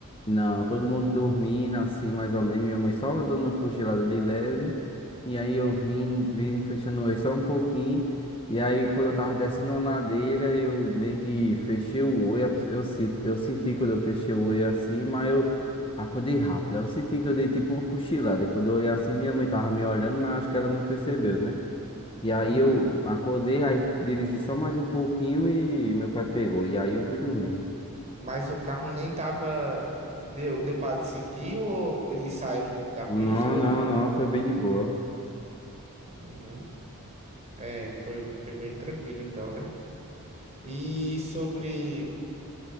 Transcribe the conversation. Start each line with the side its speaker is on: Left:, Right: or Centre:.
Left: não, todo mundo dormindo, assim, mais ou menos. Minha mãe só dando umas cochiladas de leve. E aí eu vim, vim, fechando o olho só um pouquinho. E aí, quando eu tava descendo uma ladeira, eu meio que fechei o olho. a pe- Eu, se- eu senti quando eu fechei o olho assim, mas eu acordei rápido. Aí Eu senti que eu dei tipo uma cochilada. Quando eu olhei assim, minha mãe tava me olhando, mas acho que ela não percebeu, né? E aí
Right: Aham.
Left: eu acordei, aí dirigi só mais um pouquinho e meu pai pegou. E aí eu fui dormindo.
Right: Mas o carro nem tava. Deu, deu pra sentir ou ele saiu um pouco da pista
Left: Não,
Right: ou
Left: não,
Right: não?
Left: não, foi bem de boa.
Right: Uhum. É, foi, foi bem tranquilo então, né? E sobre